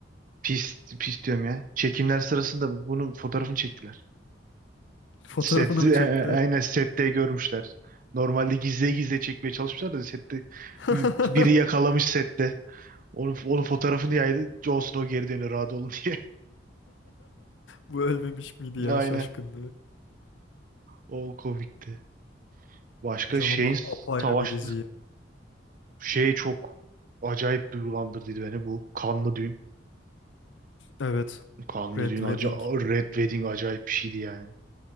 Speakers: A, on the right; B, on the left.
A: pis pis diyorum ya. Çekimler sırasında bunun fotoğrafını çektiler.
B: <laughs> Fotoğrafını
A: Set, <laughs> e,
B: mı çektiler?
A: aynen sette görmüşler. Normalde gizli gizli çekmeye çalışmışlar da sette
B: <laughs>
A: biri yakalamış sette. Onun, onun fotoğrafını yaydı. Jon Snow geri dönüyor rahat olun diye.
B: Bu ölmemiş miydi
A: <laughs>
B: ya
A: Aynen.
B: şaşkınlığı?
A: O komikti. Başka
B: Hocam
A: şeyin
B: ama apayrı
A: savaş
B: bir dizi
A: Şey çok acayip duygulandırdıydı beni bu kanlı düğün.
B: Evet.
A: Kanlı
B: Red
A: düğün
B: Wedding.
A: aca- Red Wedding acayip bir şeydi yani.